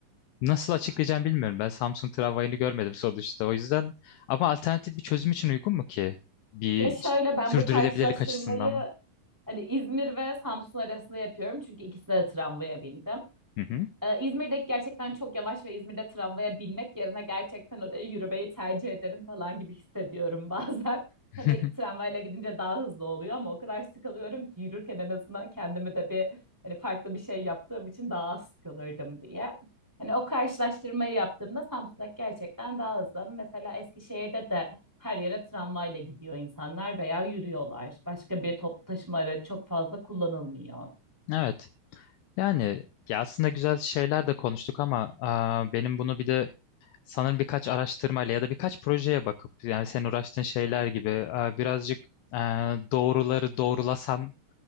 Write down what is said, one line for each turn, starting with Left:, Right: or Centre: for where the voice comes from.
Left: nasıl açıklayacağım bilmiyorum. Ben Samsung tramvayını görmedim sonuçta. O yüzden ama alternatif bir çözüm için uygun mu ki? Bir
Centre: Ya şöyle ben
Left: sürdürülebilirlik
Centre: bu karşılaştırmayı
Left: açısından.
Centre: Hani İzmir ve Samsun arasında yapıyorum çünkü ikisine de tramvaya bindim.
Left: Hı hı.
Centre: Ee, İzmir'deki gerçekten çok yavaş ve İzmir'de tramvaya binmek yerine gerçekten oraya yürümeyi tercih ederim falan gibi hissediyorum <laughs> bazen.
Left: <laughs>
Centre: Tabii ki tramvayla gidince daha hızlı oluyor ama o kadar sıkılıyorum ki yürürken en azından kendimi de bir hani farklı bir şey yaptığım için daha az sıkılırdım diye. Hani o karşılaştırmayı yaptığımda Samsun'daki gerçekten daha hızlı. Mesela Eskişehir'de de her yere tramvayla gidiyor insanlar veya yürüyorlar. Başka bir toplu taşıma aracı çok fazla kullanılmıyor.
Left: Evet. Yani ya aslında güzel şeyler de konuştuk ama aa, benim bunu bir de sanırım birkaç araştırmayla ya da birkaç projeye bakıp yani senin uğraştığın şeyler gibi aa, birazcık aa, doğruları doğrulasam